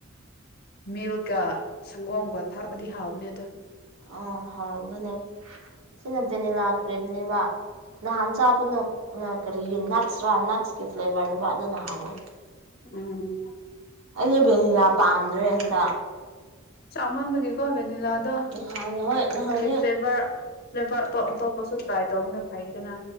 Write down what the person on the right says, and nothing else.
ꯑꯣ ꯍꯧꯔꯝꯒꯅꯤ ꯁꯤꯅ ꯚꯦꯅꯤꯂꯥ ꯀ꯭ꯔꯤꯝꯅꯦꯕ ꯅꯍꯥꯟ ꯆꯥꯕꯅꯣ ꯀꯔꯤꯒꯤ ꯅꯠꯁꯔꯥ ꯅꯠꯁꯀꯤ ꯐ꯭ꯂꯦꯚꯔꯅꯤꯕ ꯑꯗꯨ ꯅ ꯍꯥꯎꯋꯦ
ꯑꯩꯁꯦ ꯚꯦꯅꯤꯂꯥ ꯄꯥꯝꯗ꯭ꯔꯦ ꯍꯟꯗ
ꯅꯍꯥꯟ ꯍꯣꯏ ꯅꯍꯥꯟꯅꯤ
ꯎꯝ